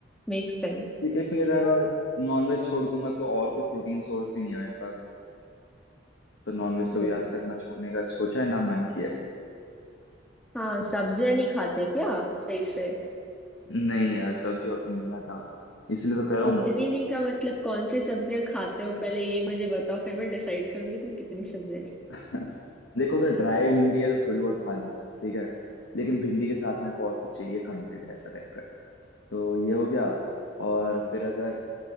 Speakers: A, in the centre; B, on the left.
A: make sense
B: क्योंकि फिर अगर नॉनवेज छोड़ दूंगा तो और कोई प्रोटीन सोर्स भी नहीं है मेरे पास तो नॉनवेज कभी
A: हम्म
B: आज तक ना छोड़ने का सोचा है ना मन किया है
A: हाँ सब्जियां नहीं खाते क्या सही से
B: नहीं यार सब्जी उतनी नहीं खाता मैं इसलिए तो कह रहा हूँ
A: उतनी नहीं का मतलब कौन सी सब्जियां खाते हो पहले ये मुझे बताओ फिर मैं डिसाइड करूंगी तुम कितनी सब्जियां नहीं
B: <laughs> देखो अगर ड्राई भिंडी है तो थोड़ी बहुत खा लूँ ठीक है लेकिन भिंडी के साथ मेरे को और कुछ चाहिए खाने के लिए ऐसा टाइप का तो ये हो गया और फिर अगर